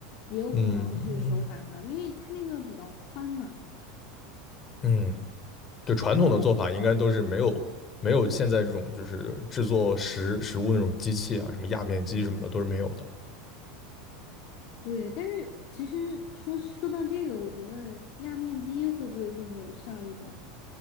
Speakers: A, on the left; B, on the left.
A: 也有可能是手擀的，
B: 嗯嗯，
A: 因为它那个比较宽嘛。
B: 嗯对传统的做法，
A: 对
B: 应该都是没有没有现在这种就是制作食食物那种机器啊，什么压面机什么的都是没有的。
A: 对，但是其实说说到这个，我觉得压面机会不会更有效一点儿？